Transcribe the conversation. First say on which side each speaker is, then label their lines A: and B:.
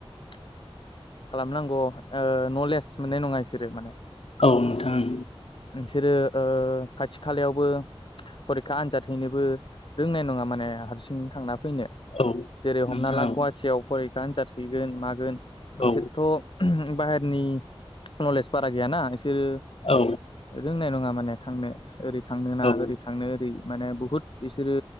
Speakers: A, on the left; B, on the left.
A: खालामनांगौ ओ नलेज मोननाय नङा इसोरो माने
B: औ नोंथां
A: नोंसोरो ओ खाथि खालायावबो फरिखा आनजाद हैनोबो रोंनाय नङा माने हारसिं थांना फैनो
B: औ
A: जेरै
B: नोंथां
A: हमना ला
B: औ
A: गुवाहाटियाव फर आन्जाद हैगोन मागोन
B: औ
A: इसोरथ' बाहेरनि नलेज बारा गैया ना बिसोरो
B: औ
A: रोंनाय नङा माने थांनो ओरै थांनो ना
B: औ
A: ओरै थांनो ओरै माने बहुत बिसोरो